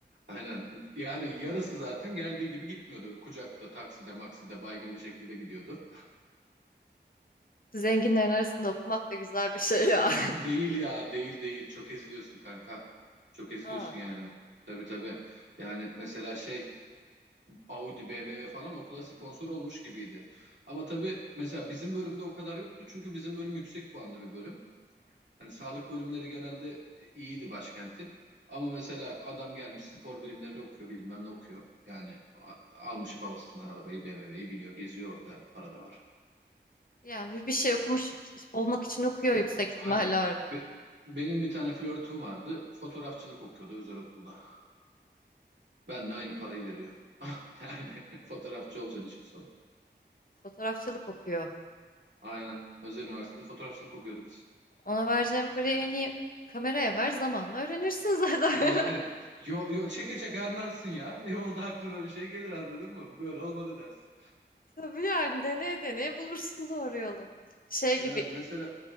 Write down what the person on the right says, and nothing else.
Aynen. Yani yarısı zaten geldiği gibi gitmiyordu. Kucakta, takside, makside baygın bir şekilde gidiyordu.
Değil ya, değil değil. Çok eziliyorsun kanka. Çok eziliyorsun
yani. Tabii tabii. Yani mesela şey Audi, BMW falan okula sponsor olmuş gibiydi. Ama tabii mesela bizim bölümde o kadar yoktu. Çünkü bizim bölüm yüksek puanlı bir bölüm. Hani sağlık bölümleri genelde iyiydi başkentin. Ama mesela adam gelmiş spor bilimleri okuyor bilmem ne okuyor. Yani a- almış babasından arabayı BMW'yi biniyor geziyor orada para da var.
Aynen.
Be- benim bir tane flörtüm vardı. Fotoğrafçılık okuyordu özel okulda. Benle aynı parayı veriyor. <laughs> Yani fotoğrafçı olacaksın işin sonu.
Aynen. Özel üniversitede fotoğrafçılık okuyorduk biz.
E, Yani
yo, yo, çeke çeke anlarsın ya. Yolda aklına bir şey gelir anladın mı? Bu böyle olmadı dersin.
Yani
mesela